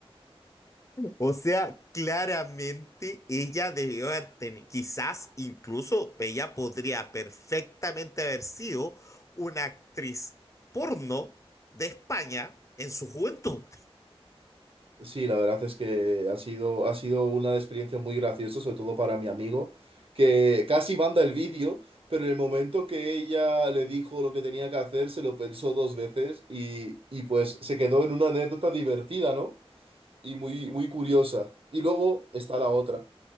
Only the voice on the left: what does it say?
O sea, claramente ella debió haber tenido, quizás incluso ella podría perfectamente haber sido una actriz porno de España en su juventud.